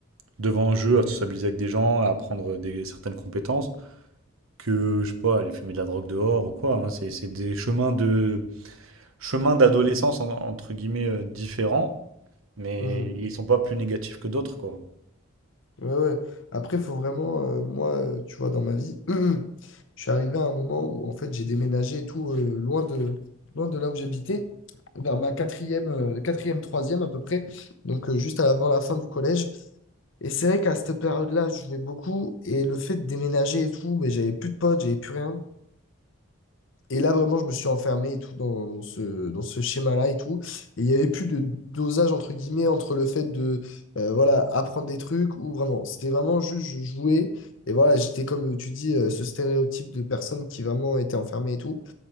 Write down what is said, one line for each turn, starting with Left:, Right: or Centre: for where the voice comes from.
Right: devant un jeu, à sociabiliser avec des gens, à apprendre des, certaines compétences, que, je sais pas, aller fumer de la drogue dehors ou quoi. hein. C'est, c'est des chemins de, chemins d'adolescence,
Left: mhm,
Right: en- entre guillemets, euh, différents, mais
Left: mhm.
Right: ils sont pas plus négatifs que d'autres, quoi.
Left: Ouais, ouais. Après, faut vraiment, euh, moi, euh, tu vois, dans ma vie, <clears throat> je suis arrivé à un moment où, en fait, j'ai déménagé et tout, euh, loin de, loin de là où j'habitais, vers ma quatrième, euh, quatrième, troisième à peu près, donc euh, juste avant la fin du collège. Et c'est vrai qu'à cette période-là, je jouais beaucoup, et le fait de déménager et tout, mais j'avais plus de potes, j'avais plus rien. Et là, vraiment, je me suis enfermé et tout dans, dans ce, dans ce schéma-là et tout. Et il n'y avait plus de dosage, entre guillemets, entre le fait de euh, voilà, apprendre des trucs ou vraiment. C'était vraiment juste, je jouais. Et voilà, j'étais, comme tu dis, euh, ce stéréotype de personne qui vraiment était enfermée et tout.